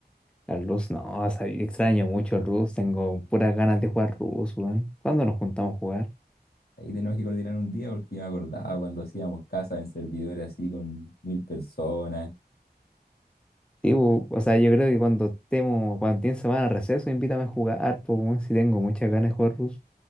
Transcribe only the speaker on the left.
Ahí tenemos que coordinar un día porque yo me acordaba cuando hacíamos casas en servidores así con mil personas.